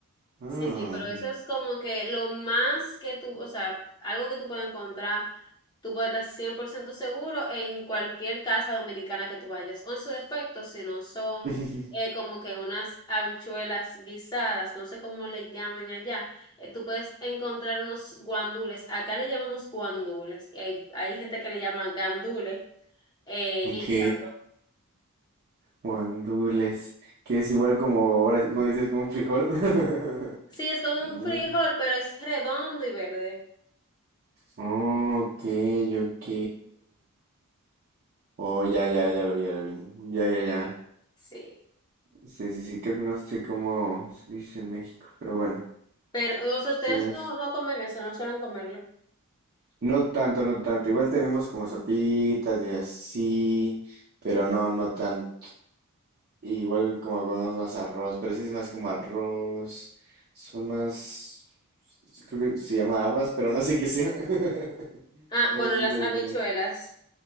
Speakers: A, on the right; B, on the left.
A: Ah,
B: Sí, sí, pero eso es como que lo más que tú, o sea, algo que tú puedes encontrar, tú puedes estar 100% seguro en cualquier casa dominicana que tú vayas, o en su defecto, si no son
A: <laughs>
B: eh, como que unas habichuelas guisadas, no sé cómo le llamen allá, eh, tú puedes encontrar unos guandules, acá le llamamos guandules, y hay, hay gente que le llama gandules, eh,
A: ok,
B: guisado.
A: guandules, que es igual como ahora, sí, como dices, como un frijol. <laughs>
B: Sí, es como
A: A
B: un
A: ver.
B: frijol, pero es redondo y verde.
A: Ok, ok. Oh, ya, ya, ya lo vi, ya lo vi. Ya, ya, ya.
B: Sí.
A: Sí, sí, sí, creo que no sé cómo se dice en México, pero bueno,
B: Pero, o sea, ustedes
A: pues,
B: no, no comen eso, no suelen comerlo.
A: no tanto, no tanto. Igual tenemos como sopitas y así, pero no, no tanto. Igual como comemos más arroz, pero sí es más como arroz. Son más, creo que se llama habas, pero no sé qué sea. <laughs>
B: Ah,
A: Pero
B: bueno,
A: sí
B: las
A: la diferencia.
B: habichuelas.